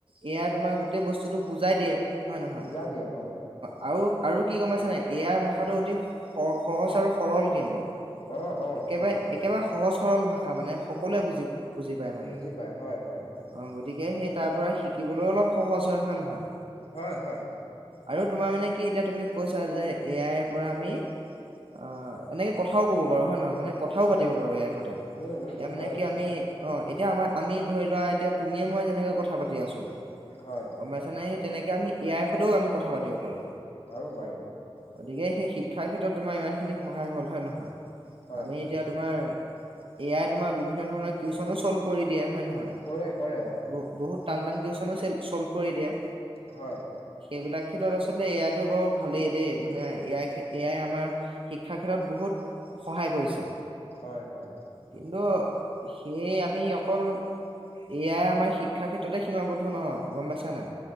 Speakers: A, on the right; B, on the left.
A: এ য়াই তোমাৰ গোটেই বস্তুটো বুজাই দিয়ে। হয় নহয়।
B: বুজা দিয়ে অ'।
A: আৰু, আৰু কি গম পাইছা নে নাই? এ য়াই ভাষাটো অতি স সহজ আৰু সৰল কিন্তু।
B: অ অ
A: একেবাৰে,
B: হয়
A: একেবাৰে সহজ সৰল ভাষা মানে সকলোৱে বুজি বুজি পায় মানে।
B: বুজি পায় হয়, হয়।
A: অ গতিকে সেই তাৰ পৰা শিকিবলৈও অলপ সহজ হয়, হয় নে নহয়?
B: হয়, হয়।
A: আৰু তোমাৰ মানে কি এতিয়া তুমি কৈছা যে, এ আইৰ পৰা আমি অ', এনেকে কথাও ক'ব বাৰু হয় নে নহয়? মানে কথাও পাতিব
B: হয়
A: পাৰো এ আই সতে
B: উম উম
A: মানে
B: পাৰো
A: কি আমি অ', এ এতিয়া আমাৰ আমি ধৰি লোৱা এতিয়া তুমিয়ে মই যেনেকৈ কথা পাতি আছো,
B: হয়
A: গম পাইছা নে? তেনেকে আমি এ আইৰ সৈতেও আমি কথা পাতি পাৰো।
B: পাৰোঁ, পাৰোঁ।
A: গতিকে, সেই শিক্ষাৰ ক্ষেত্ৰত তোমাৰ ইমানখিনি সহায় হ'ল হয় নে নহয়?
B: হয়
A: আমি
B: হয়
A: এতিয়া তোমাৰ এ য়াই তোমাৰ বিভিন্ন ধৰণৰ কিউচনো চল্ভ কৰি দিয়ে হয় নে নহয়
B: কৰে কৰে অ
A: বহ বহুত টান, টান কোৱেচনো চে চল্ভ কৰি দিয়ে।
B: হয়।
A: এইবিলাক ক্ষেত্ৰত আচলতে এ আই‌ তো বাৰু ভালেই দেই, মানে এ আই এ আই আমাৰ শিক্ষাৰ ক্ষেত্ৰত বহুত সহায় কৰিছে।
B: হয়, হয়।
A: কিন্তু সেয়ে আমি অকল এ য়াই আমাৰ শিক্ষা ক্ষেত্ৰতে সীমাবদ্ধ নহয় গম পাইছা নে নাই?